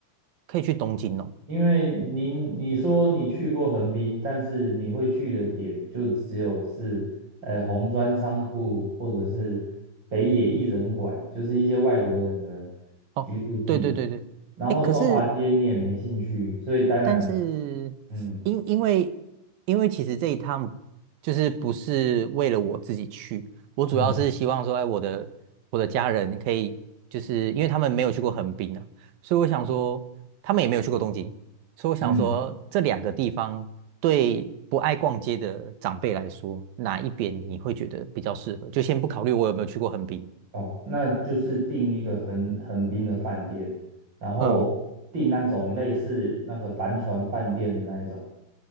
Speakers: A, on the right; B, on the right.
A: 可以去东京哦。
B: 因为您你说你去过横滨，但是你会去的点就只有是呃红砖仓库或者是北野艺人馆，就是一些外国人的
A: 哦，
B: 居住地。
A: 对对对对，
B: 然后中华街你也没兴趣，
A: 哎，可是
B: 所以当然，
A: 但是因因为因为其实这一趟就是不是为了我自己去，
B: 嗯
A: 我主要是希望说，
B: 嗯
A: 哎，我的我的家人可以，就是因为他们没有去过横滨啊，所以我想说，他们也没有去过东京，所以我想说，
B: 嗯，
A: 这两个地方对不爱逛街的长辈来说，哪一边你会觉得比较适合？就先不考虑我有没有去过横滨，
B: 哦，那就是订一个横横滨的饭店，然后订那种类似那个帆船饭店的那一种。
A: 嗯，